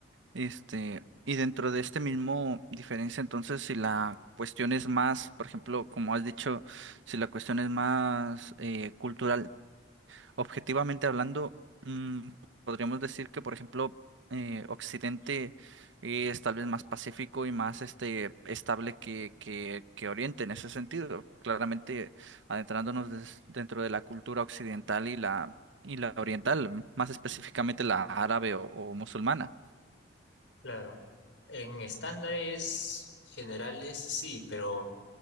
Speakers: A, on the right (about 80°); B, on the left (about 80°).
A: Este, y dentro de este mismo diferencia, entonces, si la cuestión es más, por ejemplo, como has dicho, si la cuestión es más eh, cultural, objetivamente hablando, mm, podríamos decir que, por ejemplo, eh, Occidente eh, es tal vez más pacífico y más este estable que, que, que Oriente en ese sentido. Claramente adentrándonos des- dentro de la cultura occidental y la y la oriental, más específicamente la árabe o o musulmana.
B: Claro. En estándares generales, sí, pero